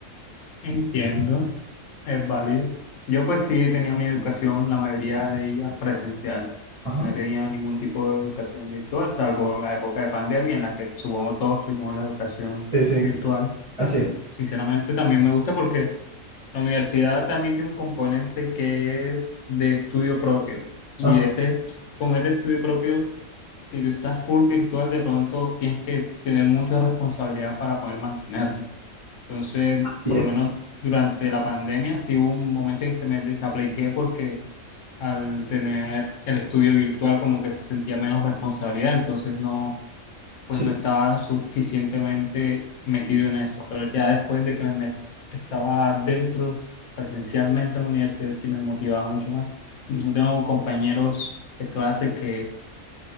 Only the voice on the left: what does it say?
Entiendo, es válido. Yo pues sí he tenido mi educación, la mayoría de ella presencial.
No he tenido ningún tipo de educación virtual, salvo la época de pandemia en la que supongo todos tuvimos la educación
virtual.
Sinceramente también me gusta porque la universidad también tiene un componente que es de estudio propio. Y
ese, est- como es de estudio propio, si tú estás full virtual, de pronto tienes que tener mucha responsabilidad para poder mantenerlo. Entonces,
por
lo menos durante la pandemia, sí hubo un momento en que me desapliqué porque al tener el estudio virtual como que se sentía menos responsabilidad, entonces no,
pues no estaba suficientemente metido en eso. Pero ya después de que me met- estaba dentro presencialmente en la universidad, sí me motivaba mucho más. Incluso tengo compañeros de clase que